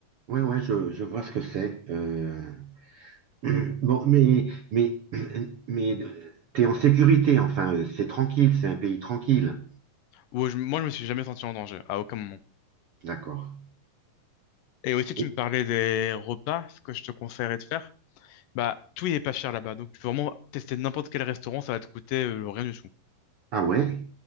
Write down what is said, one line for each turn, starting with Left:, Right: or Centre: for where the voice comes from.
Right: Ouais, ouais, je, je vois ce que c'est. Euh, <clears throat> Bon, mais, mais, <clears throat> mais euh, t'es en sécurité, enfin, euh, c'est tranquille, c'est un pays tranquille.
Left: Où je- moi, je me suis jamais senti en danger, à aucun moment.
Right: D'accord.
Left: Et aussi, tu
Right: Et-
Left: me parlais des repas, ce que je te conseillerais de faire. Bah, tout n'est pas cher là-bas. Donc, tu peux vraiment tester n'importe quel restaurant, ça va te coûter euh, rien du tout.
Right: Ah ouais?